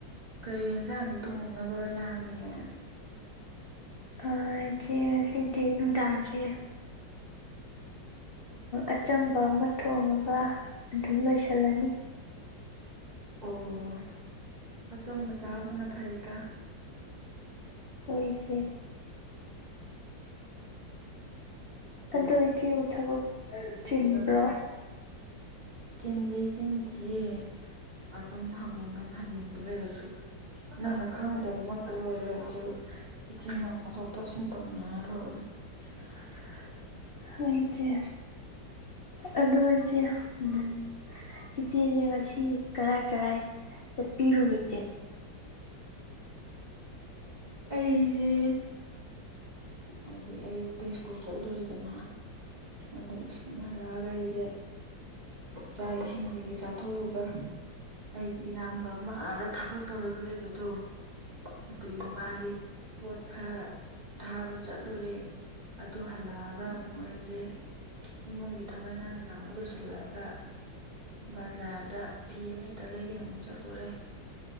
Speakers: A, on the right; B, on the left.
A: ꯀꯔꯤ ꯌꯦꯟꯁꯥꯡꯗꯤ ꯊꯣꯡꯅꯕ ꯂꯥꯡꯉꯦ
B: ꯑꯆꯦꯁ ꯉꯥꯁꯤꯗꯤ ꯅꯨꯡꯗꯡꯁꯦ ꯑꯆꯝꯕ ꯑꯃ ꯊꯣꯡꯉꯒ ꯑꯗꯨꯝ ꯂꯣꯏꯁꯤꯜꯂꯅꯤ
A: ꯑꯣ ꯑꯆꯝꯕ ꯆꯥꯕꯅ ꯐꯩꯌꯦ ꯇ
B: ꯍꯣꯏ ꯏꯆꯦ ꯑꯗꯣ ꯏꯆꯦꯕꯨ ꯊꯕꯛ ꯆꯤꯟꯕ꯭ꯔꯣ
A: ꯆꯤꯟꯗꯤꯦ ꯆꯤꯟꯁꯤꯌꯦ ꯑꯗꯨꯝ ꯍꯉꯨꯅ ꯅꯡ ꯍꯟꯅꯤꯡꯕ ꯂꯩꯔꯁꯨ ꯅꯪꯅ ꯈꯪꯗꯕꯃꯛꯇ ꯑꯣꯏꯔꯒꯁꯨ ꯏꯆꯤꯟ ꯏꯅꯥꯎ ꯇꯥꯊꯣꯛ ꯇꯥꯁꯤꯟ ꯇꯧꯅꯅ ꯂꯣꯏꯔꯦ
B: <inaudible> ꯍꯣꯏ ꯏꯆꯦ ꯑꯗꯣ ꯏꯆꯦ ꯎꯝ ꯏꯆꯦꯗꯤ ꯉꯁꯤ ꯀꯔꯥꯏ ꯀꯔꯥꯏ ꯆꯠꯄꯤꯔꯨꯒꯦ ꯏꯆꯦ
A: ꯑꯩꯁꯦ ꯍꯥꯏꯗꯤ ꯑꯌꯨꯛꯇ ꯁ꯭ꯀꯨꯜ ꯆꯠꯂꯨꯔꯦꯗꯅ ꯑꯣꯡꯧꯗ ꯏꯁꯀꯨꯂ ꯍꯂꯥꯒ ꯑꯩꯁꯦ ꯆꯥꯛ ꯏꯁꯤꯡ ꯀꯩꯀ ꯆꯥꯊꯣꯛꯑꯒ ꯑꯩꯒꯤ ꯏꯌꯥꯝꯕ ꯑꯃ ꯑꯥꯗ ꯊꯕꯛ ꯇꯧꯔꯒ ꯂꯩꯕꯗꯣ ꯑꯗꯨꯒꯤ ꯃꯥꯒꯤ ꯄꯣꯠ ꯈꯔ ꯊꯥꯕ ꯆꯠꯂꯨꯔꯦ ꯑꯗꯨ ꯍꯜꯂꯛꯑꯒ ꯑꯃꯨꯛ ꯑꯩꯁꯦ ꯏꯃꯨꯡꯒꯤ ꯇꯕꯩ ꯉꯥꯡꯒ ꯑꯔ ꯑꯃꯨꯛ ꯂꯣꯏꯁꯤꯂꯒꯥ ꯕꯖꯥꯔꯗ ꯐꯤ ꯑꯃꯅꯤꯇꯡ ꯂꯩꯒꯅ ꯑꯃꯨꯛ ꯆꯠꯇꯣꯔꯦ